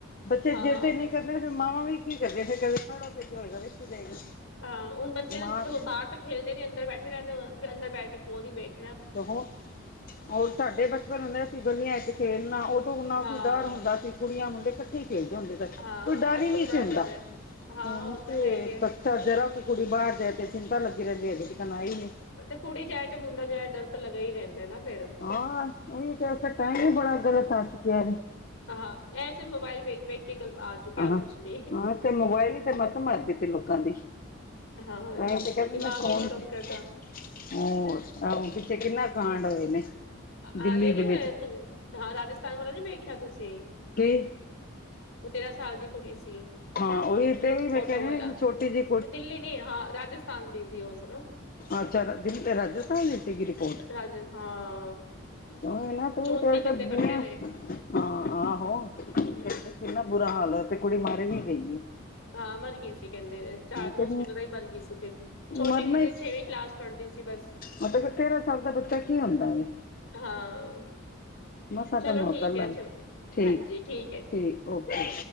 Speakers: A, on the left; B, on the left.
A: ਬੱਚੇ
B: ਹਾਂ
A: ਜਿਦ ਇਨੀਂ ਫਿਰ ਮਾਵਾ ਵੀ ਕੀ ਕਰਦੇ ਫਿਰ ਕਦੇ ਛੋੜੋ ਫਿਰ ਜੋ ਹੋਏਗਾ ਵੇਖੀ ਜਾਏਗੀ।
B: ਹਾਂ ਹੁਣ ਬੱਚੇ
A: ਮਾਂ
B: ਜਦੋਂ ਬਾਹਰ ਤਾਂ ਖੇਲਦੇ ਨੀ ਅੰਦਰ ਬੈਠੇ ਰਹਿੰਦੇ ਫਿਰ ਅੰਦਰ ਬੈਠ ਕੇ ਫੋਨ ਹੀ ਵੇਖ
A: ਓਹੋ, ਹੋਰ ਸਾਡੇ ਬਚਪਨ ਹੁੰਦੇ ਸੀ ਅਸੀ ਗਲੀਆਂ ਇੱਚ ਖੇਲਣਾ ਉਦੋਂ ਨਾਂ
B: ਹਾਂ
A: ਕੋਈ ਡਰ ਹੁੰਦਾ ਸੀ ਕੁੜੀਆਂ ਮੁੰਡੇ ਕੱਠੇ ਈ ਖੇਲਦੇ ਹੁੰਦੇ ਸਨ।
B: ਹਾਂ
A: ਕੋਈ ਡਰ
B: ਅੱਜ
A: ਈ
B: ਕਲ
A: ਨਈਂ
B: ਤਾਂ ਬੜਾ
A: ਸੀ ਹੁੰਦਾ
B: ਡਰ ਹੈ ਹਾਂ
A: ਹੁਣ
B: ਉਹ ਤਾਂ
A: ਤੇ
B: ਹੈ ਹੀ ਹੈ
A: ਬ ਘਰ ਜਰਾ ਕੁ ਕੁੜੀ ਬਾਹਰ ਜਾਏ ਤੇ ਚਿੰਤਾ ਲੱਗੀ ਰਹਿੰਦੀ ਹੈਗੀ ਅਜੇ ਤੀਕਨ ਆਈ ਨੀਂ।
B: ਤੇ ਕੁੜੀ ਜਾਏ ਚ ਮੁੰਡਾ ਜਾਏ ਡਰ ਤਾਂ ਲੱਗਾ ਹੀ ਰਹਿੰਦਾ ਨਾ ਫੇਰ
A: ਹਾਂ ਏਹੀ ਤੇ <unintelligible> ਟਾਈਮ ਹੀ ਬੜਾ ਗਲਤ ਆ ਚੁੱਕਿਆ <unintelligible>
B: ਆਹਾਂ ਇਹ ਮੋਬਾਇਲ ਵੇਖ-ਵੇਖ ਕੇ ਆ ਚੁੱਕਿਆ ਹੋਰ
A: ਹਾਂ
B: ਕੁਛ ਨੀਂ।
A: ਹਾਂ ਤੇ ਮੋਬਾਇਲ ਹੀ ਤੇ ਮੱਤ ਮਾਰ ਦਿੱਤੀ ਲੋਕਾਂ ਦੀ।
B: ਹਾਂ
A: ਤਾਂ ਹੀ ਤੇ ਕਿਹਣੀ
B: ਦਿਮਾਗ
A: ਮੈਂ ਸੋਣ
B: ਹੀ ਨਹੀਂ ਕੰਮ ਕਰਦਾ
A: <unintelligible> ਹੋਰ ਆਹੋ, ਪਿੱਛੇ ਕਿੰਨਾ ਕਾਂਡ ਹੋਏ ਨੇ
B: ਹਲੇ
A: ਦਿੱਲੀ
B: ਨੀ
A: ਦੇ
B: ਹੋਇਆ
A: ਵਿੱਚ।
B: ਤੂੰ? ਹਾਂ ਰਾਜਸਥਾਨ ਵਾਲਾ ਨੀਂ ਵੇਖਿਆ ਤੁਸੀਂ।
A: ਕੀ?
B: ਉਹ ਤੇਰਾਂ ਸਾਲ ਦੀ ਕੁੜੀ ਸੀ।
A: ਹਾਂ ਉਹੀ ਤੇ ਵੀ ਮੈਂ
B: ਆਟੋ
A: ਕਹਿ
B: ਵਾਲਾ
A: ਵੀ ਛੋਟੀ ਜੀ
B: ਦਿੱਲੀ ਨੀਂ ਹਾਂ ਰਾਜਸਥਾਨ ਦੀ ਸੀ ਉਸ ਨੂੰ
A: ਅੱਛਾ ਰਾਜਸਥਾਨ ਦਿ ਸੀਗਿ ਰੀਪੋਟ
B: ਰੱਜ, ਹਾਂ।
A: ਉਹੀ ਨਾ ਤੂੰ
B: ਚੌਂਤੀ
A: ਪੇੜ
B: ਬੰਦੇ
A: ਕੱਟਦੇ
B: ਪਕੜੇ
A: ਆ
B: ਨੇ
A: ਹਾਂ ਹਾਂ ਆਹੋ। ਕਿੰਨਾ
B: ਹਮ
A: ਬੁਰਾ ਹਾਲ ਹੋਇਆ ਤੇ ਕੁੜੀ ਮਰ ਵੀ ਗਈ ਐ।
B: ਹਾਂ ਮਰ ਗਈ ਸੀ ਕਹਿੰਦੇ ਚਾਰ ਦਿਨ
A: ਤੇ
B: ਹੋਸਪਿਟਲ ਰਹੀ ਮਰ ਗਈ ਸੀ ਫਿਰ ਛੋਟੀ
A: ਮਰਨਾ
B: ਜਿਹੀ ਸੀ
A: ਹੀ
B: ਛੇਵੀਂ ਕਲਾਸ ਪੜ੍ਹਦੀ ਸੀ ਬਸ
A: ਮਤਲਬ ਕਿ ਤੇਰ੍ਹਾਂ ਸਾਲ ਦਾ ਬੱਚਾ ਕੀ ਹੁੰਦਾ ਵੇ।
B: ਹਾਂ
A: ਮਸਾ
B: ਚਲੋ
A: ਤੈਨੂੰ
B: ਠੀਕ
A: ਅਕਲ
B: ਹੈ
A: ਆ
B: ਅੱਛਾ
A: ਠੀਕ
B: ਹਾਂਜੀ ਠੀਕ ਹੈ ਜੀ
A: ਠੀਕ ਓਕੇ।